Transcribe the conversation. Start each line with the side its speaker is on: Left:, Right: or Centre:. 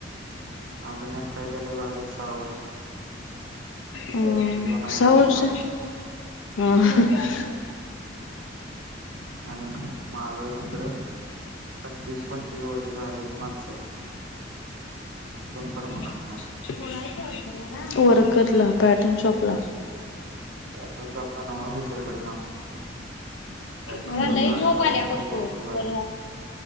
Right: अजून एकटा केलं झालं साव
Left: हम
Right: त्यो नाही
Left: सहा
Right: झालेला
Left: वर्ष
Right: अजून
Left: ह
Right: आणि माग तिकडं पंचवीस पंचवीस वर्ष झालेली माणसा परमनंट
Left: <inaudible>
Right: नाहीत
Left: वर घला पट तून सोपला.
Right: पॅटन शॉप ला नाव दुसरीकडे सांग पॅटर्न
Left: मला
Right: शॉपला
Left: लई
Right: अठरा
Left: झोप आल्या
Right: एकोणीस
Left: पडतो,
Right: वर्ष झाली
Left: बनू